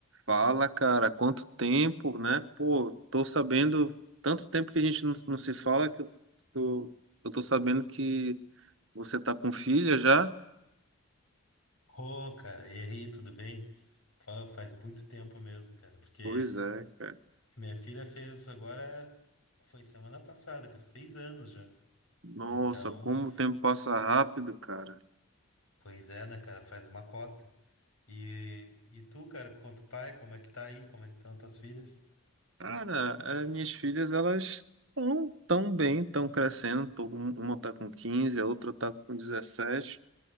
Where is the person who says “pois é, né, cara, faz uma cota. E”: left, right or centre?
Left